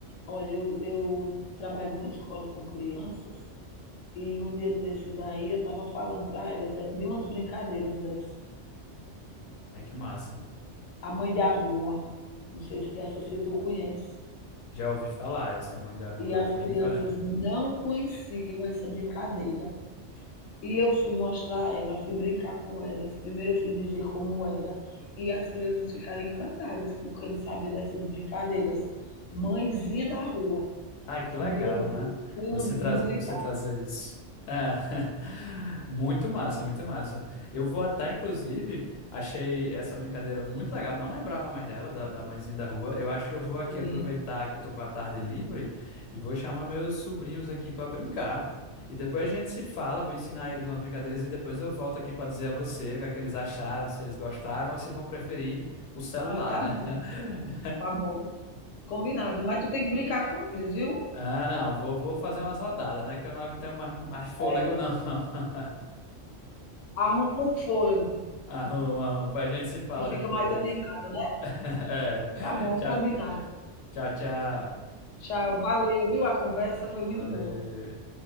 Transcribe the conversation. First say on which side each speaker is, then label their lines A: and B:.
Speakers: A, on the left; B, on the left.
A: olha, eu, eu trabalho numa escola com crianças e um dia desses aí eu estava falando para elas de de umas brincadeiras dessa.
B: Aí que massa.
A: A Mãe da Rua. Não sei se essa se tu conhece.
B: Já ouvi falar essa mãe da rua,
A: E as
B: é bem
A: crianças
B: diferente.
A: não conheciam essa brincadeira. E eu fui mostrar a ela, fui brincar com elas. Primeiro eu fui dizer como era. E as crianças ficaram encantadas, porque não sabia dessas brincadeiras. Mãezinha da rua.
B: Ai, que
A: Meu
B: legal, né?
A: Deus, foi
B: Você
A: uma
B: traz,
A: novidade.
B: você trazer isso. É. <laughs> Muito massa, muito massa. Eu vou até, inclusive, achei essa brincadeira muito legal. Não lembrava mais dela, da, da Mãezinha da Rua. Eu acho que eu vou
A: Sim.
B: aqui aproveitar que eu tô com a tarde livre e vou chamar meus sobrinhos aqui para brincar. E depois a gente se fala, vou ensinar eles umas brincadeiras e depois eu volto aqui para dizer a você o que é que eles acharam, se eles gostaram ou se vão preferir o celular,
A: Ah, tá
B: né?
A: bom,
B: <laughs>
A: tá bom. Combinado. Mas tu tem que brincar com eles, viu?
B: Ah, não, vou, vou fazer umas rodadas, né? Que eu não tenho mais, mais fôlego,
A: É,
B: não. <laughs>
A: arruma um fôlego,
B: Arruma, arruma, a gente se fala
A: que fica
B: depois.
A: mais animado, né?
B: <laughs> É.
A: Tá bom,
B: Tchau,
A: combinado.
B: tchau, tchau.
A: Tchau, valeu, viu? A conversa foi muito
B: Valeu.
A: boa.